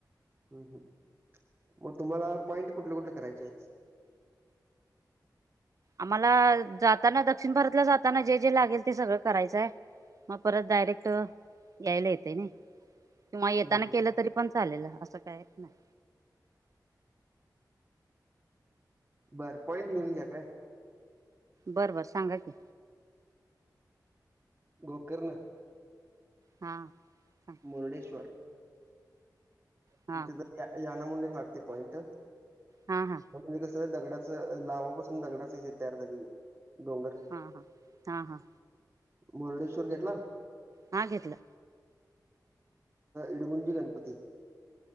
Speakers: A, on the right; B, on the right.
A: हम् ह् मग तुम्हाला पॉइंट कुठले कुठले करायचे आहेत
B: आम्हाला जाताना दक्षिण भारतला जाताना जे जे लागेल ते सगळं करायचंय मग परत डायरेक्ट यायला येते ना किंवा येताना
A: हं, हं.
B: केलं तरी पण चालेल असं काय नाही
A: बरं पॉईंट लिहून घ्या काय
B: बरं बर सांगा की
A: गोकर्ण
B: हां हां
A: मुर्डेश्वर
B: हां
A: तिथ याना म्ह एक लागते पॉइंट
B: हा हा
A: म्हणजे कसं दगडाचं लावापासून दगडाचं हे तयार झाली डोंगर
B: हां हां हां
A: मुर्डेश्वर घेतला
B: हा घेतलं
A: इडगुंजी गणपती